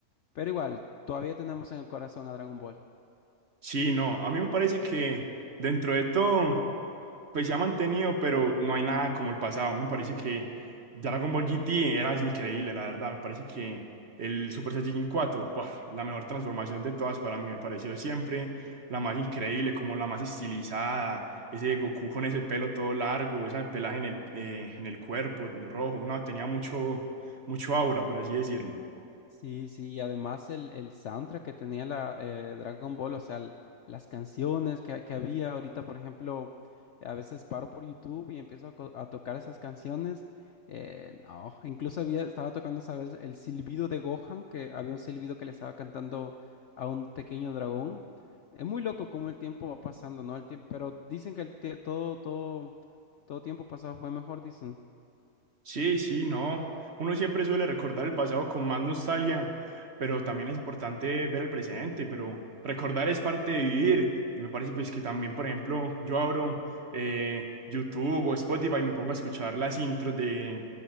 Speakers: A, on the left; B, on the right.
A: pero igual, todavía tenemos en el corazón a Dragon Ball.
B: Sí, no, a mí me parece que dentro de todo... Pues se ha mantenido, pero no hay nada como el pasado. Me parece que Dragon Ball GT era increíble, la verdad. Me parece que el Super Saiyajin 4, ¡puf! la mejor transformación de todas para mí, me pareció siempre la más increíble, como la más estilizada. Ese Goku con ese pelo todo largo, ese pelaje en el, eh, en el cuerpo rojo, no, tenía mucho, mucho aura, por así decirlo.
A: Sí, sí, y además el, el soundtrack que tenía la eh, Dragon Ball, o sea, l- las canciones que, que había ahorita, por ejemplo, a veces paro por YouTube y empiezo a, co- a tocar esas canciones. eh, no, incluso había, estaba tocando esa vez el silbido de Gohan, que había un silbido que le estaba cantando a un pequeño dragón. Es muy loco cómo el tiempo va pasando, ¿no? El tiempo, pero dicen que el tie- todo, todo, todo tiempo pasado fue mejor, dicen.
B: Sí, sí, no. Uno siempre suele recordar el pasado con más nostalgia, pero también es importante ver el presente, pero recordar es parte de vivir. Y me parece pues que también, por ejemplo, yo abro eh, YouTube o Spotify y me pongo a escuchar las intros de,